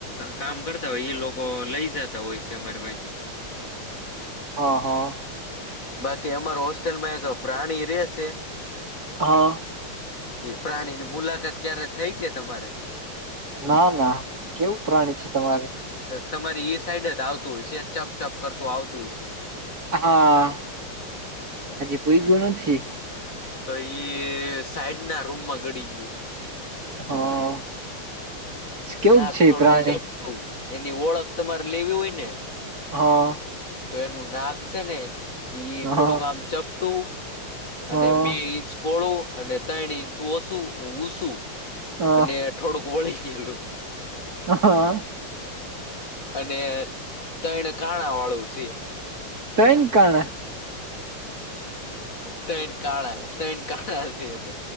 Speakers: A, on the left (about 40°); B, on the right (about 40°).
A: કામ કરતા હોય એ લોકો લઈ જતા હોય છે અમારી પાહેથી
B: હા હા
A: બાકી અમાર હોસ્ટેલમાં એક પ્રાણી રેશે
B: હા
A: એ પ્રાણીની મુલાકાત ક્યારે થઈ કે તમારે?
B: ના ના, કેવું પ્રાણી છે તમારે?
A: તમારી ઈ સાઈડ જ આવતું હોય, સહેજ ચપ ચપ કરતું આવતું હશે.
B: અ હા. હજી પોઇગુ નથી.
A: તો ઇ સાઈડ ના રૂમમાં ગડી ગયું.
B: હા. કેવું
A: નાક
B: છે
A: થોડુંક
B: એ પ્રાણી
A: ચપટું એની ઓળખ તમાર લેવી હોય ને
B: હા
A: તો એનું નાક છે ને ઈ
B: હા
A: થોડુંક આમ ચપટું
B: હા
A: અને બે ઈંચ પોળું અને ત્રણ ઇંચ ઓસું ઉસું.
B: હા
A: અને થોડુંક વળી ગયેલું.
B: હા
A: અને ત્રણ કાણા વાળું છે.
B: ત્રણ કાણા?
A: ત્રણ કાણાં, ત્રણ કાણાં સે એને.